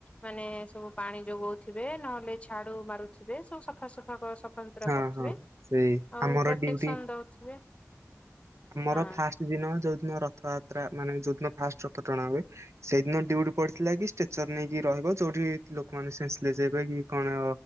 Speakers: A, on the left (about 25°); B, on the right (about 60°).
A: ମାନେ ସବୁ ପାଣି ଯୋଗଉଥିବେ, ନହେଲେ ଛାଡୁ ମାରୁଥିବେ, ସବୁ ସଫାସଫା କ ସଫା ସୁତୁରା
B: ହଁ
A: କରୁଥିବେ।
B: ହଁ ସେଇ
A: ଆଉ
B: ଆମର
A: ପ୍ରୋଟେକ୍ସନ
B: ଡ୍ୟୁଟି।
A: ଦଉଥିବେ
B: ଆମର
A: ହଁ
B: ଫାଷ୍ଟ ଦିନ ଯୋଉଦିନ ରଥଯାତ୍ରା, ମାନେ ଯୋଉଦିନ ଫାଷ୍ଟ ରଥ ଟଣା ହୁଏ। ସେଇଦିନ ଡୁଟୀ ପଡିଥିଲା କି ଷ୍ଟେଚର ନେଇକି ରହିବ ଯୋଉଠି ଲୋକମାନେ ସେନ୍ସ ଲେସ ହେବେ କି କଣ